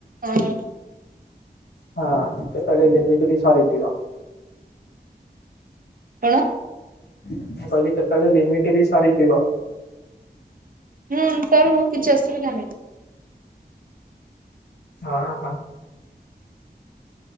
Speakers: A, on the right (about 55°); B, on the left (about 75°).
A: ହଁ
B: ହଁ କେତେବେଳେ ଲିମିଟ ବି ସରିଯିବ
A: କଣ
B: ମୁଁ କହିଲି କେତେବେଳେ ଲିମିଟ ବି ସାରିଯିବ
A: ହୁଁ ସାର୍ ମୁଁ କିଛି ଅସୁବିଧା ନାହିଁ
B: ହଁ